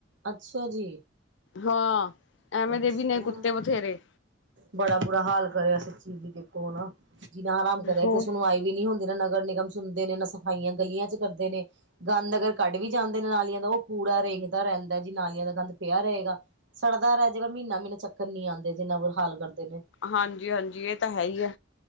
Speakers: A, on the right (about 70°); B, on the left (about 65°).
A: ਅਛਾ ਜੀ।
B: ਹਾਂ ਐਵੇਂ
A: ਅਛਾ,
B: ਦੇ ਵੀ ਨੇ ਕੁੱਤੇ ਬਥੇਰੇ
A: ਬੜਾ ਬੁਰਾ ਹਾਲ ਕਰੇਆ ਇਸ ਚੀਜ ਦੇਖੋ ਨਾ। ਜੀਨਾ ਹਰਾਮ ਕਰਿਆ।
B: ਹੋਰ
A: ਇਕ ੳ ਸੁਨਵਾਈ ਵੀ ਨੀ ਹੁੰਦੀ, ਨਾ ਨਗਰ ਨਿਗਮ ਸੁਨਦੇ ਨੇ, ਨਾ ਸਫਾਈਆਂ ਗਲੀਆਂਚ ਕਰਦੇ ਨੇ ਗੰਦ ਅਗਰ ਕੱਢ ਵੀ ਜਾਦੇ ਨੇ ਨਾਲੀਆਂ ਦਾ ੳਹ ਕੂੜਾ ਰੇਂਗਦਾ ਰੈਂਦਾ ਜੀ, ਨਾਲੀਆਂ ਦਾ ਗੰਦ ਪੈਆ ਰਏਗਾ। ਸੜਦਾ ਰੈ ਜੇਗਾ ਮੀਨਾ ਮੀਨਾ ਚੱਕਨ ਨੀ ਆਂਦੇ ਜਿਨਾ ਬੁਰਾ ਹਾਲ ਕਰਦੇ ਨੇ।
B: ਹਾਂਜੀ-ਹਾਂਜੀ ਏ ਤਾਂ ਹੈਈ ਆ